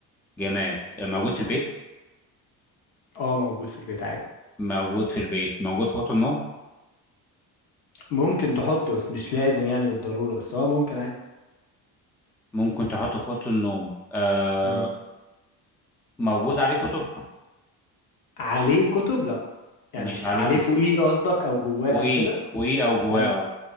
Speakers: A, in the centre; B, on the left.
A: جماد موجود في البيت
B: اه موجود في البيت عادي
A: موجود في البيت موجود في أوضة النوم
B: ممكن تحطه بس مش لازم يعني بالضروره بس اه ممكن عادي
A: ممكن تحطه في أوضة النوم آه
B: اه
A: موجود عليه كتب
B: عليه كتب لا يعني
A: مش عليه
B: عليه
A: كتب
B: فوقيه قصدك او جواه
A: فوقيه
B: او كده
A: فوقيه أو جواه
B: لا
A: آه،
B: لا